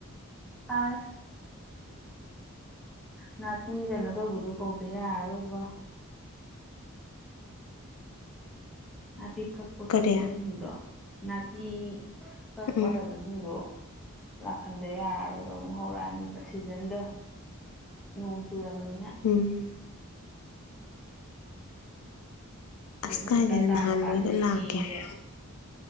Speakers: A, in the centre; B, on the left.
A: ꯑꯁ ꯅꯥꯄꯤ ꯀꯩꯅꯣ ꯇꯧꯕꯗꯣ ꯀꯧꯗ ꯌꯥꯔꯥꯔꯣꯏꯕꯣ ꯅꯥꯄꯤ ꯀꯛꯄ
B: ꯀꯔꯤ
A: ꯄ ꯃꯤꯁꯤꯡꯗꯣ ꯅꯥꯄꯤ ꯀꯛꯄ
B: ꯎꯝ
A: ꯀꯩꯅꯣ ꯁꯤꯡꯗꯣ ꯂꯥꯛꯍꯟꯗ ꯌꯥꯔꯔꯣꯏꯕ ꯑꯃꯨꯛ ꯍꯧꯔꯑꯅꯤꯕ ꯁꯤꯖꯟꯗꯣ ꯅꯣꯡ ꯆꯨꯨꯔꯝꯅꯤꯅ
B: ꯎꯝ ꯑꯁ
A: ꯏ ꯃꯣꯏꯅꯤꯀꯥꯏ
B: ꯀꯥꯏꯗꯅ
A: ꯀꯥ
B: ꯅꯍꯥꯟ
A: ꯃꯄꯥꯗꯨꯗꯤ
B: ꯃꯣꯏꯗꯣ ꯂꯥꯛꯀꯦ
A: ꯀꯤꯍꯦ
B: ꯍꯥꯏ